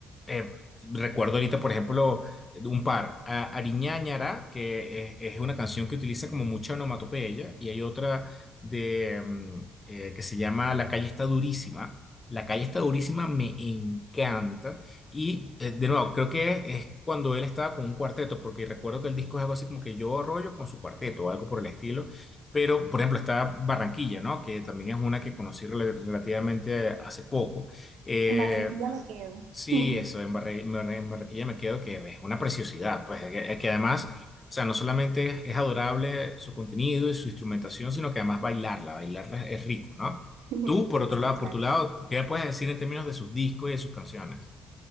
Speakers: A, on the left; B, on the right.
A: eh, recuerdo ahorita, por ejemplo, un par, a- Ariñá Ñará, que es, es una canción que utiliza como mucha onomatopeya, y hay otra de, mm, eh, que se llama La calle está durísima. La calle está durísima me encanta. Y eh, de nuevo, creo que es, cuando él estaba con un cuarteto, porque recuerdo que el disco es algo así como que yo rollo con su cuarteto o algo por el estilo. Pero, por ejemplo, está Barranquilla, ¿no? Que también es una que conocí rel- relativamente hace poco. Eh,
B: En Barranquilla me quedo.
A: Sí,
B: <laughs>
A: eso, en Barre- en Barre- en Barranquilla me quedo que es una preciosidad, pues es que, es que además, o sea, no solamente es adorable su contenido y su instrumentación, sino que además bailarla, bailarla es rico, ¿no?
B: <laughs>
A: Tú, por otro
B: Sí,
A: lado,
B: claro.
A: por tu lado, ¿qué puedes decir en términos de sus discos y de sus canciones?